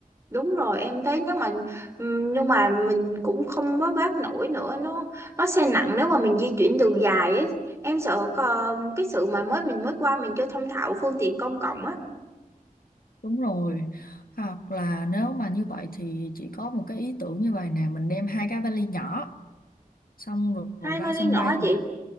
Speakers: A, on the right (about 20°); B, on the left (about 80°).
A: đúng rồi em thấy nếu mà ừm, nhưng mà mình cũng không vác vác nổi nữa nó nó sẽ nặng nếu mà mình di chuyển đường dài ấy em sợ ờ, cái sự mà mới mình mới qua mình chưa thông thạo phương tiện công cộng á
B: đúng rồi hoặc là nếu mà như vậy thì chị có một cái ý tưởng như vậy nè mình đem hai cái vali nhỏ xong rồi
A: hai
B: ra
A: vali
B: sân
A: nhỏ
B: bay
A: hả
B: thì
A: chị